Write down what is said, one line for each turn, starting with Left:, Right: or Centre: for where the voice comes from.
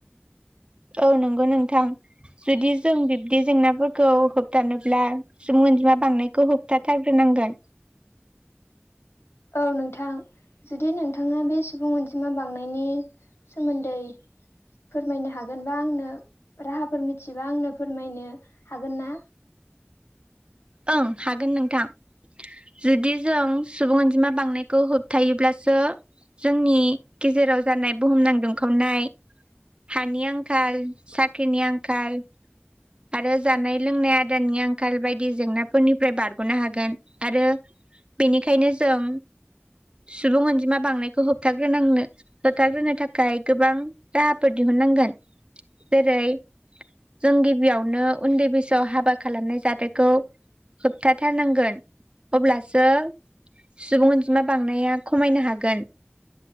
Right: औ नंगौ नोंथां जुदि जों बिब्दि जेंनाफोरखौ होबथानोब्ला सुबुं अनजिमा बांनायखौ होबथाथारग्रोनांगोन।
Left: औ नोंथां जुदि नोंथाङा बे सुबुं अनजिमा बांनायनि सोमोन्दै फोरमायनो हागोन बा आंनो राहाफोर मिथिबा आंनो फोरमायनो हागोन ना?
Right: ओं हागोन नोंथां जुदि जों सुबुं अनजिमा बांनायखौ होबथायोबब्लासो जोंनि गेजेराव जानाय बुहुमनां दुंखावनाय हानि आंखाल। साख्रिनि आंखाल आरो जानाय लोंनाय आदारनि आंखाल बायदि जेंनाफोरनि फ्राय बारग'नो हागोन आरो बेनिखायनो जों सुबुं अनजिमा बांनायखौ होबथाग्रोननो होबथाग्रोनो थाखाय गोबां राहा फोर दिहुननांगोन जेरै जों गिबि गिबियावनो उन्दै बैसोआव हाबा खालामनाय जाथायखौ होबथाथारनांगोन अब्लासो सुबुं अनजिमा बांनाया खमायनो हागोन।